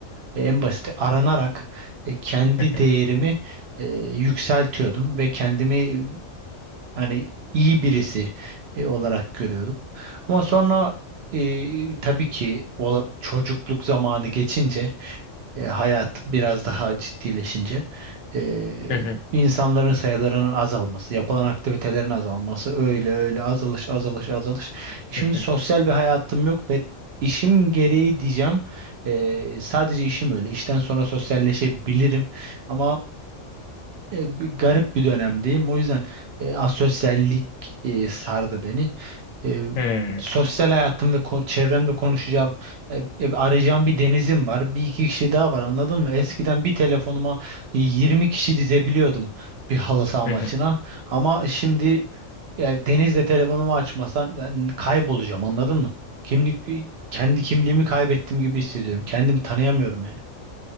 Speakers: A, on the right; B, on the left.
A: e, en basit aranarak e, kendi
B: Hı hı.
A: değerimi e, yükseltiyordum ve kendimi e, hani iyi birisi e, olarak görüyordum. Ama sonra e, tabii ki ola- çocukluk zamanı geçince e, hayat biraz daha ciddileşince e,
B: Hı hı.
A: insanların sayılarının azalması, yapılan aktivitelerin azalması, öyle öyle azalış azalış azalış. Şimdi
B: Hı
A: sosyal bir hayatım yok ve işim gereği diyeceğim. E, sadece işim öyle. İşten sonra sosyalleşebilirim ama e, bir garip bir dönemdeyim. O yüzden e, asosyallik e, sardı beni. E,
B: hı.
A: sosyal hayatım ve ko- çevremde konuşacağım, e, e, arayacağım bir denizim var. Bir iki kişi daha var anladın mı? Eskiden bir telefonuma 20 kişi dizebiliyordum bir halı saha
B: Hı
A: maçına.
B: hı.
A: Ama şimdi ya, denizle telefonumu açmasan ben kaybolacağım anladın mı? Kimlik kendi kimliğimi kaybettiğim gibi hissediyorum. Kendimi tanıyamıyorum yani.